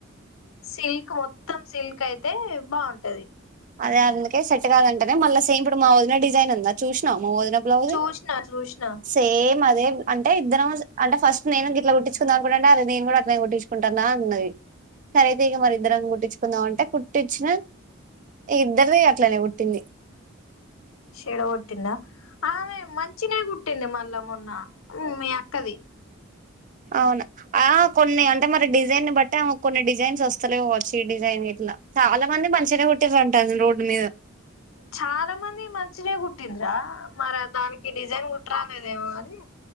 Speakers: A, on the left (about 85°); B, on the right (about 40°).
A: సిల్క్ మొత్తం సిల్క్ అయితే బాగుంటది
B: అదే అందుకే సెట్ గాదు అంటేనే మళ్ళా సేమ్ ఇప్పుడు మా వొదిన డిజైన్ ఉందా చూసినా్ వోదిన బ్లౌజ్
A: చూసిన చూసిన
B: సేమ్ అదే అంటే ఇద్దరం అంటే ఫస్ట్ నేను గిట్ల కుట్టి కుకున్నాను కూడా అడి అది నేను కూడా అట్నే గుట్టించుకుంటాను అన్నది సర అయితే ఇక మరి ఇద్దరం గుట్టించుకుందామ అంటే కుట్టించిన ఇద్దరిది అట్లనే కుట్టింది
A: శడ గొట్టిందా ఆమె మంచిినీ కుట్టింది మళ్ళా మొన్న మీ అక్కది
B: అవునా ఆ కొన్ని అంటే మరి డిజైన్ బట్టి కొన్ని డిజైన్స్ వస్తలే కావచ్చు ఈ డిజైన్ ఇట్లా చాలా మంది మంచిగానే కుట్టిండ్లు అంటున్నారు రోడ్డు మీద
A: చాలా మంది మంచిదే కుట్టిందిరా మరి దానికి డిజైన్ కుట్ట రాలేదేమోగాని